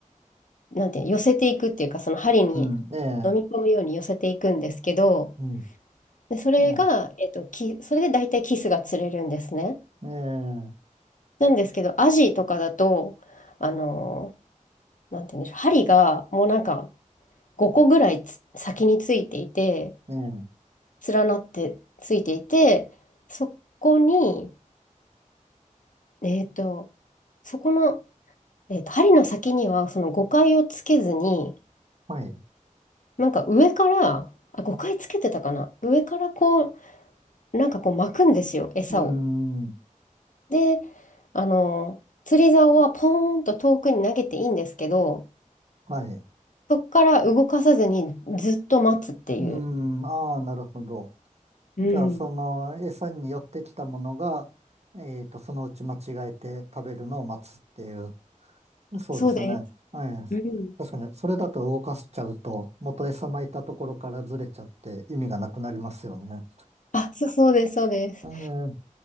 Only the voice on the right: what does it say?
うん。ええ
うん。
ね
え
えええ
はい。
うん。
はい。
うん、ああ、なるほど。
じゃあ、その餌に寄ってきたものが、えっと、そのうち間違えて食べるのを待つっていう。そうですよね。
ええ、
確かに、それだと動かしちゃうと、元餌撒いたところからずれちゃって意味がなくなりますよね。
ええ、